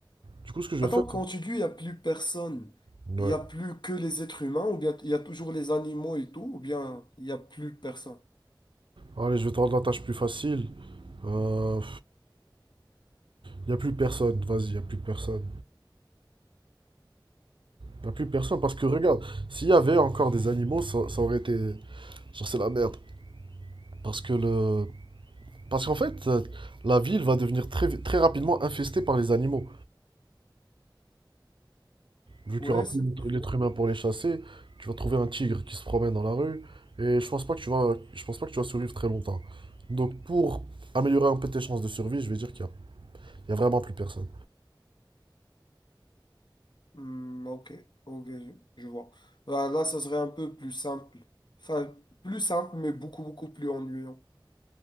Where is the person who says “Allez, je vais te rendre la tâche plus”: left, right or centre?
Right